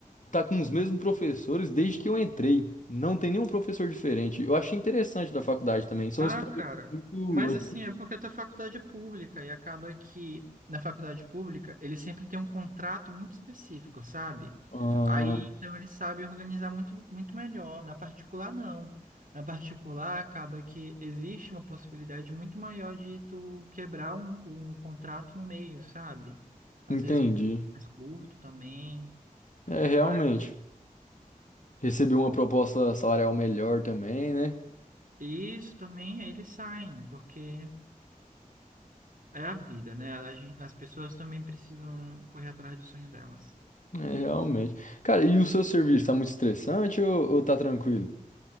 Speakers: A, on the left; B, on the right.
A: tá com os mesmos professores desde que eu entrei. Não tem nenhum professor diferente. Eu achei interessante da faculdade também. São
B: Ah,
A: uns professores
B: cara,
A: muito
B: mas
A: antigos.
B: assim, é porque a tua faculdade é pública e acaba que na faculdade pública ele sempre tem um contrato muito específico, sabe?
A: Ah,
B: Aí então ele sabe organizar muito, muito melhor. Na particular, não. Na particular, acaba que existe uma possibilidade muito maior de tu quebrar um, um contrato no meio, sabe? Às
A: entendi.
B: vezes um período mais curto também.
A: É, realmente.
B: Ah,
A: Recebeu uma proposta salarial melhor também, né?
B: isso também, aí eles saem, porque. É a vida, né? A gen- as pessoas também precisam correr atrás do sonho delas.
A: É, realmente. Cara, e o seu serviço tá muito estressante ou, ou tá tranquilo?